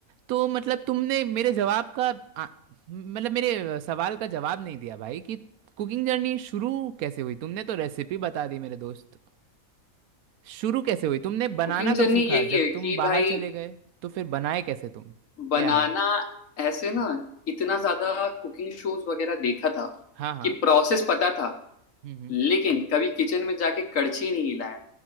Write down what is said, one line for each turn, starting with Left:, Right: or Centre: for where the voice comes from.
Right: तो मतलब तुमने मेरे जवाब का आ, मतलब मेरे सवाल का जवाब नहीं दिया भाई कि कुकिंग जर्नी शुरू कैसे हुई तुमने तो रेसिपी बता दी मेरे दोस्त शुरू कैसे हुई तुमने बनाना
Left: कुकिंग
Right: कब
Left: जर्नी
Right: सीखा
Left: यही
Right: जब
Left: है कि
Right: तुम बाहर
Left: भाई
Right: चले गए तो फिर बनाए कैसे तुम
Left: बनाना
Right: क्या है
Left: ऐसे ना इतना ज्यादा कुकिंग शोज वगैरह देखा था
Right: हाँ हाँ
Left: कि प्रोसेस पता था
Right: हम्म हम्म।
Left: लेकिन कभी किचन में जाके कड़छी नहीं हिलाया